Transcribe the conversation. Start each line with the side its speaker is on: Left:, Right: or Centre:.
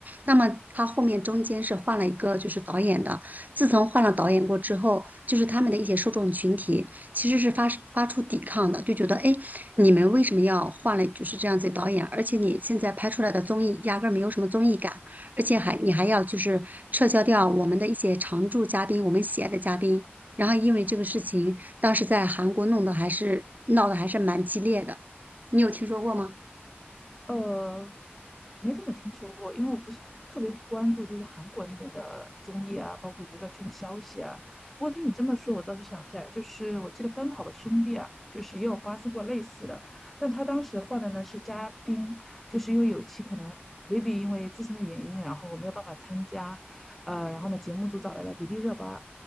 Right: 那么它后面中间是换了一个就是导演的。自从换了导演过之后，就是他们的一些受众群体其实是发发出抵抗的，就觉得哎，你们为什么要换了就是这样子的导演？而且你现在拍出来的综艺压根儿没有什么综艺感，而且还你还要就是撤销掉我们的一些常驻嘉宾，我们喜爱的嘉宾。然后因为这个事情，当时在韩国弄得还是闹得还是蛮激烈的，你有听说过吗？
Centre: 呃，没怎么听说过，因为我不是很特别关注，就是韩国那边的综艺啊，包括娱乐圈的消息啊。不过听你这么说，我倒是想起来，就是我记得《奔跑吧兄弟》啊，就是也有发生过类似的，但他当时换的呢是嘉宾，就是因为有期可能 baby 因为自身的原因，然后没有办法参加，呃，然后呢节目组找来了迪丽热巴，